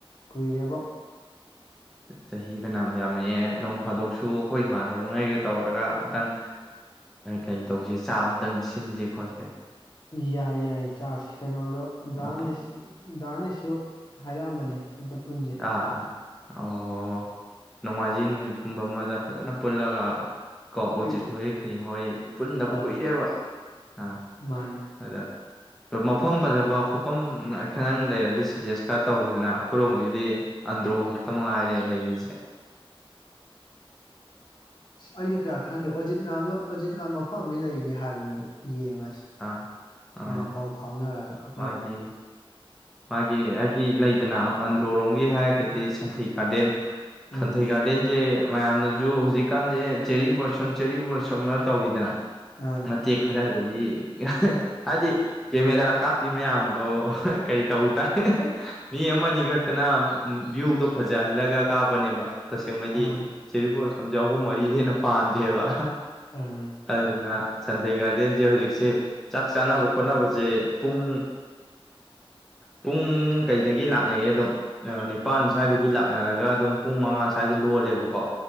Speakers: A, on the left; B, in the centre.
A: ꯀꯨꯏꯔꯔꯕꯣ
B: ꯆꯍꯤ ꯐꯅꯝ ꯌꯥꯝꯃꯛꯑꯦ ꯅꯣꯡ ꯐꯥꯗꯣꯛꯁꯨ ꯑꯩꯈꯣꯏ ꯏꯃꯥꯟꯗꯕꯉꯩꯒ ꯇꯧꯔꯒ ꯑꯝꯇꯪ ꯀꯩ ꯇꯧꯁꯦ ꯆꯥꯛ ꯑꯃꯇꯪ ꯁꯤꯟꯁꯦ ꯈꯣꯠꯁꯦ
A: ꯌꯥꯏ ꯌꯥꯏ ꯀꯩꯅꯣꯗꯣ ꯗꯥꯟ
B: ꯉꯥꯛꯇꯪ
A: ꯏꯁ ꯗꯥꯟ ꯏꯁ ꯁꯨ ꯍꯥꯏꯔꯛꯑꯝꯕꯅꯤ ꯑꯗ ꯄꯨꯟꯖꯦ
B: ꯑꯥ ꯑꯥ ꯑꯣ ꯅꯣꯡꯃꯥꯏꯖꯤꯡ ꯅꯨꯃꯤꯠꯀꯨꯝꯕ ꯑꯃꯗ ꯐꯖꯅ ꯄꯨꯜꯂꯒ ꯀꯣ ꯑꯣꯖꯤꯠ
A: ꯑꯩ
B: ꯍꯣꯏꯌꯦꯦ ꯀꯔꯤ ꯍꯣꯏ ꯄꯨꯟꯗꯕ
A: ꯍꯣꯏ
B: ꯀꯨꯏꯔꯦꯕ ꯑꯥ
A: ꯃꯥꯅꯦ
B: ꯑꯗ ꯃꯐꯝ ꯐꯖꯕ ꯈꯨꯣꯠꯐꯝ ꯈꯇꯪ ꯂꯩꯔꯗꯤ ꯁꯖꯦꯁ ꯈꯔ ꯇꯧꯔꯨꯗꯅ ꯑꯩꯈꯣꯏꯔꯣꯝꯒꯤ ꯗꯤ ꯑꯟꯗ꯭ꯔꯣ ꯈꯛꯇ ꯃꯉꯥꯏꯔꯦ ꯂꯩꯔꯤꯁꯦ
A: ꯑꯩꯁꯨ ꯀꯌꯥ ꯈꯪꯗꯦ ꯑꯣꯖꯤꯠꯅ ꯑꯃ ꯑꯣꯖꯤꯠꯅ ꯃꯐꯝ ꯑ ꯂꯩꯒꯦ ꯍꯥꯏꯕꯅꯦ ꯑꯗꯨ ꯌꯦꯡꯉꯁꯤ
B: ꯑꯥ ꯑ
A: ꯃꯌꯥꯝ ꯄꯥꯎ ꯐꯥꯎꯅꯔꯒ ꯑꯩꯈꯣꯏ
B: ꯃꯥꯒꯤ ꯃꯥꯒꯤ ꯍꯥꯏꯗꯤ ꯂꯩꯗꯅ ꯑꯟꯗ꯭ꯔꯣꯂꯣꯝꯒꯤ ꯍꯥꯏꯔꯒꯗꯤ ꯁꯟꯊꯩ ꯀꯒꯥꯔꯗꯦꯟ
A: ꯎꯝ
B: ꯁꯟꯊꯩꯒꯒꯥꯗꯦꯟꯁꯦ ꯃꯌꯥꯝꯅꯁꯨ ꯍꯧꯖꯤꯛꯀꯥꯟꯁꯦ ꯆꯦꯔꯤ ꯄꯣꯠꯁꯨꯝ ꯆꯦꯔꯤ ꯄꯣꯠꯁꯝ ꯑꯃ ꯇꯧꯋꯤꯗꯅ
A: ꯑꯥ
B: ꯃ ꯈꯔ ꯑꯗꯤ ꯍꯥꯏꯗꯤ ꯀꯦꯃꯦꯔꯥ ꯀꯥꯞꯄꯤ ꯃꯌꯥꯝꯗꯣ ꯀꯩ ꯇꯧ ꯇꯥꯏ ꯃꯤ ꯑꯃꯅꯤ ꯈꯛꯇꯅ ꯚ꯭ꯌꯨꯗꯣ ꯐꯖꯍꯜꯂꯒ ꯀꯥꯞꯄꯅꯦꯕ ꯇꯁꯦꯡꯕꯗꯤ
A: ꯑꯥ
B: ꯆꯦꯔꯤ ꯣꯁ ꯁꯦ ꯑꯍꯨꯝ ꯃꯔꯤꯗꯤ ꯍꯦꯟꯅ ꯄꯥꯟꯗꯦꯕ
A: ꯑꯥ
B: ꯑꯗꯨꯅ ꯁꯟꯊꯩ ꯒꯥꯔꯗꯦꯟꯁꯦ ꯍꯧꯖꯤꯛꯁꯦ ꯆꯥꯛ ꯆꯥꯅꯕ ꯈꯣꯠꯅꯕꯁꯦ ꯄꯨꯡ ꯄꯨꯡ ꯀꯩꯗꯒꯤ ꯂꯥꯛꯅꯩꯌꯦ ꯑꯗꯨꯝ ꯅꯤꯄꯥꯜ ꯁ꯭ꯋꯥꯏꯗꯒꯤ ꯂꯥꯛꯅꯔꯒ ꯑꯗꯨꯝ ꯄꯨꯡ ꯃꯉꯥ ꯁ꯭ꯋꯥꯏꯗ ꯂꯣꯜꯂꯦꯕꯀꯣ